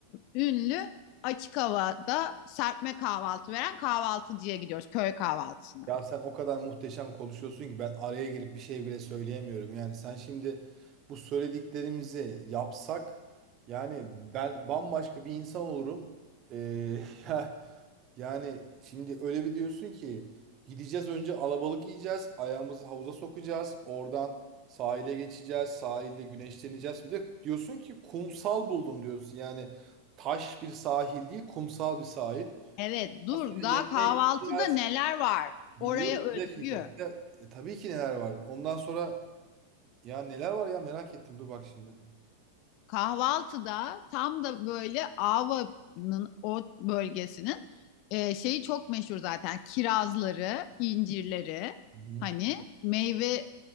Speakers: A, on the left; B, on the right.
A: ünlü açık havada serpme kahvaltı veren kahvaltıcıya gidiyoruz köy kahvaltısına.
B: Ya sen o kadar muhteşem konuşuyorsun ki ben araya girip bir şey bile söyleyemiyorum. Yani sen şimdi bu söylediklerimizi yapsak yani ben bambaşka bir insan olurum. Ee, <laughs> ya- yani şimdi öyle bir diyorsun ki gideceğiz önce alabalık yiyeceğiz, ayağımızı havuza sokacağız, oradan sahile geçeceğiz, sahilde güneşleneceğiz. Bir de diyorsun ki kumsal buldum diyorsun. Yani taş bir sahil değil, kumsal bir sahil.
A: Evet, dur.
B: Ondan sonra
A: Daha
B: yemeğe
A: kahvaltıda
B: gideceğiz.
A: neler var?
B: Biliyorum.
A: Oraya özgü.
B: Bir dakika. Bir de- e, tabii ki neler var. Ondan sonra ya neler var ya merak ettim. Dur bak şimdi.
A: Kahvaltıda tam da böyle Ava'nın o bölgesinin e, şeyi çok meşhur zaten. Kirazları, incirleri,
B: Hı hı.
A: hani meyve